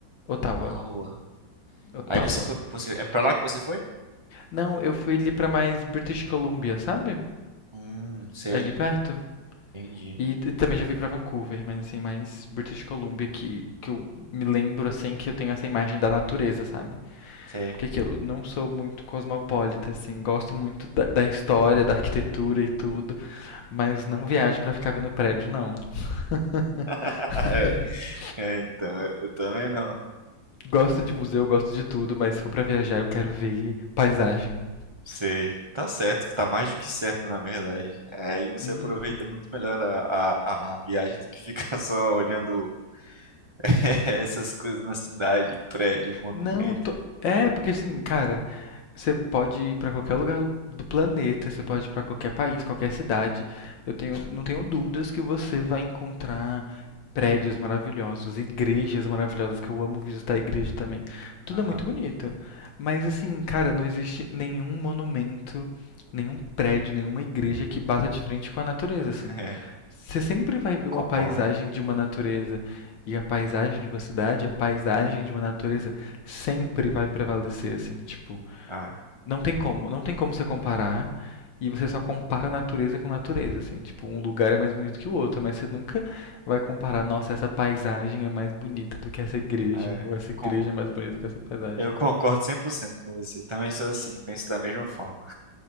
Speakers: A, on the left; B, on the right.
A: Ottawa.
B: Ottawa.
A: Ottawa.
B: Aí você foi, você, é pra lá que você foi?
A: Não, eu fui ali pra mais British Columbia, sabe?
B: Hum, sei,
A: Ali perto.
B: entendi.
A: E, e também já fui pra Vancouver, mas assim, mais British Columbia que, que eu me lembro assim que eu tenho essa imagem da natureza, sabe?
B: Sei.
A: Porque aquilo, não sou muito cosmopolita, assim, gosto muito da, da história, da arquitetura e tudo, mas não viajo pra ficar vendo prédio, não. <laughs>
B: <laughs> É, então, eu também não.
A: Gosto de museu, gosto de tudo, mas se for pra viajar eu quero ver paisagem.
B: Sei. Tá certo, tá mais do que certo, na verdade. É, Aí você
A: Uhum.
B: aproveita muito melhor a, a, a viagem do que ficar <laughs> só olhando <laughs> essas coisas na cidade, em prédio, em monumento.
A: Não, tô... é, porque assim, cara, Você pode ir para qualquer lugar do, do planeta, você pode ir para qualquer país, qualquer cidade. Eu tenho, não tenho dúvidas que você vai encontrar prédios maravilhosos, igrejas maravilhosas, que eu amo visitar a igreja também. Tudo
B: Aham,
A: é muito bonito. Mas assim, cara, não existe nenhum monumento, nenhum prédio, nenhuma igreja que bata de frente com a natureza,
B: <laughs>
A: assim.
B: é,
A: Você sempre vai ver
B: concordo.
A: uma paisagem de uma natureza e a paisagem de uma cidade, a paisagem de uma natureza sempre vai prevalecer, assim, tipo,
B: Ah,
A: não tem como, não tem como você comparar. E você só compara natureza com natureza, assim, tipo, um lugar é mais bonito que o outro, mas você nunca vai comparar, nossa, essa paisagem é mais bonita do que essa igreja,
B: é,
A: ou essa
B: eu
A: igreja
B: con-
A: é mais bonita que essa paisagem.
B: eu concordo 100% com você. Também sou assim, penso da mesma forma.